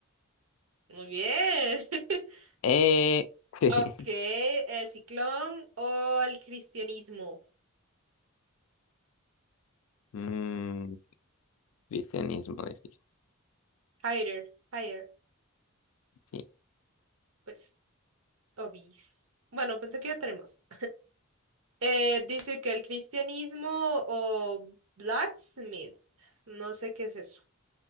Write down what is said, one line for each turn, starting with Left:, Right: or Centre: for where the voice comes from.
Right: Muy bien. <laughs>
Left: Eh, <laughs>
Right: Ok, el ciclón o el cristianismo.
Left: mm, cristianismo de fijo.
Right: Higher, higher,
Left: Sí.
Right: pues, obis. Bueno, pensé que ya tenemos. Eh, dice que el cristianismo o blacksmith, no sé qué es eso.